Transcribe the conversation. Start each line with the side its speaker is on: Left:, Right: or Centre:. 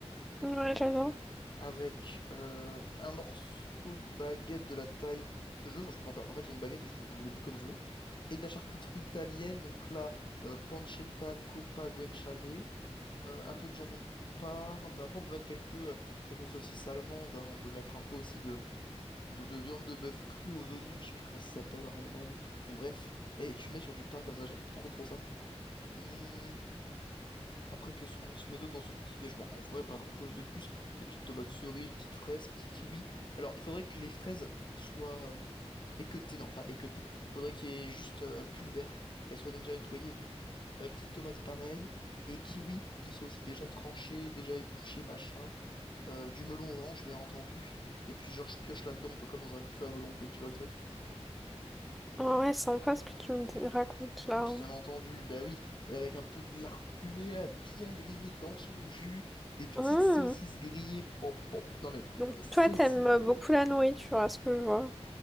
Centre: Ouais, j'adore.
Left: Avec euh, un morceau de baguette de la taille que je veux, genre je peux m'en faire. En fait, il y a une baguette et je peux m'en mettre des bouts comme je veux. Et de la charcuterie italienne, donc là, euh, pancetta, coppa, guanciale, euh, un peu de jambon de Parme. Après, on peut mettre quelques, euh, quelques saucisses allemandes. hein. On peut mettre un peu aussi de, de, de viande de bœuf crue aux oignons, je sais plus comment ça s'appelle en Allemagne. Bon, bref. Et tu mets sur du pain comme ça, j'aime trop trop ça. Hmm, Après, qu'est-ce qu'on se met d'autre dans ce petit déj? Bon, en vrai, pas grand-chose de plus. Des petites tomates cerises, petites fraises, petits kiwis. Alors, il faudrait que les fraises soient euh, équeutées, non, pas équeutées. Il faudrait qu'il y ait juste euh, pulvère, qu'elles soient déjà nettoyées et tout. Euh, petites tomates pareilles. Et kiwis, qui soient aussi déjà tranchés, déjà épluchés, machin. Euh, du melon orange, bien entendu. Et puis, genre, je pioche là-dedans, un peu comme dans un buffet à volonté, tu vois le truc?
Centre: Ah ouais, sympa ce que tu me racontes là.
Left: Bien entendu, bah oui, et avec un peu de lard fumé là, bien grillé dans son jus, des petites
Centre: Hum.
Left: saucisses grillées, pop, pop, non mais
Centre: Donc
Left: des saucisses,
Centre: toi, t'aimes beaucoup la nourriture, à ce que je vois.